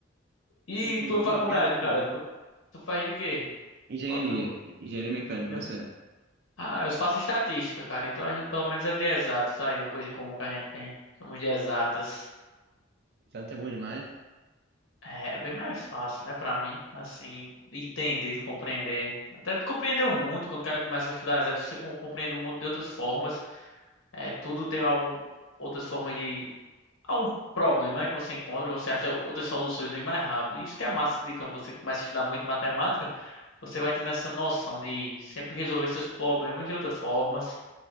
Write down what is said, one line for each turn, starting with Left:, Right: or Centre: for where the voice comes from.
Left: E
Right: Tinha que
Left: tua faculdade,
Right: uma perna de cada
Left: cara?
Right: vez.
Left: Tu, tu faz de quê?
Right: Engenharia.
Left: Qual teu.
Right: Engenharia mecânica,
Left: né?
Right: você.
Left: Ah, eu faço estatística, cara. Então a gente pelo menos é de exatos aí, uma coisa em comum que a gente tem. Somos de exatas.
Right: Exato é bom demais.
Left: É é bem mais fácil, né, pra mim, assim, de entender, de compreender. Até de compreender o mundo, quando o cara começa a estudar exatos, você com- compreende o mundo de outras formas. É, tudo tem algum, outras formas de algum problema, né, que você encontra, você acha outras soluções bem mais rápido. Isso que é massa de quando você começa a estudar muito matemática. Você vai tendo essa noção de sempre resolver seus problemas de outras formas,